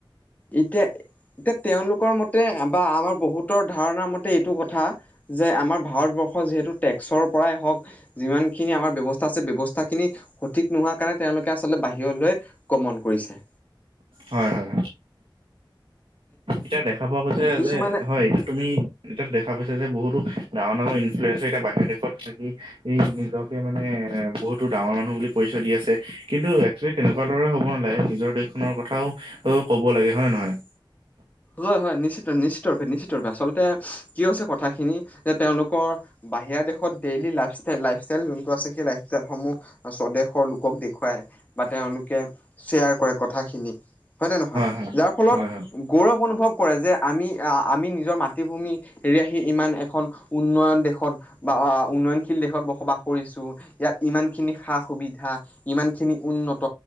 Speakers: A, on the left; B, on the right.
A: এতিয়া এতিয়া তেওঁলোকৰ মতে বা আমাৰ বহুতৰ ধাৰণাৰ মতে এইটো কথা যে আমাৰ ভাৰতবৰ্ষ যিহেতু টেক্সৰ পৰাই হক যিমান খিনি আমাৰ ব্যৱস্থা। ব্যয়ৱস্থা খিনি সঠিক নোহোৱাৰ কাৰণে তেওঁলোকে আচলতে বাহিৰলৈ গ্ৰমন কৰিছে।
B: হয় হয়। এতিয়া দেখা পোৱা গৈছে
A: কিছুমানে
B: যে হয় তুমি এতিয়াতো দেখা পাইছা যে বহুতো। ডাঙৰ নামৰ ইনফ্লয়েঞ্চৰ এতিয়া বাহিৰৰ দেশত থাকি ই নিজকে মানে বহুতো ডাঙৰ মানুহ বুলি। পৰিচয় দি আছে কিন্তু একচোয়েলি তেনেকুৱা দৰে হ'ব নালাগে নিজৰ দেশখনৰ কথাও অঁ ক'ব লাগে হয়। নহয়।
A: হয়, হয় নিশ্চিত নিশ্চিত ৰূপে নিশ্চিত ৰূপে আচলতে কি হৈছে কথাখিনি যে তেওঁলোকৰ বাহিৰা দেশত ডেইলী লাইভষ্টল লাইফষ্টাইল যোনটো আ সেই লাইফষ্টাইলসমূহ। স্বদেশৰ লোকক দেখুৱায় বা তেওঁলোকে শ্বেয়াৰ কৰে কথাখিনি। হয় নে নহয়
B: হয়
A: যাৰ ফলত।
B: হয় হয় হয়
A: গৌৰৱ অনুভৱ কৰে যে আমি আহ আমি নিজৰ মাতৃভূমি এৰি আহি ইমান এখন। উন্নয়ন দেশত বা উন্নয়নশীল দেশত বসবাস কৰিছো ইয়াত ইমান খিনি সা সুবিধা। ইমান খিনি উন্নত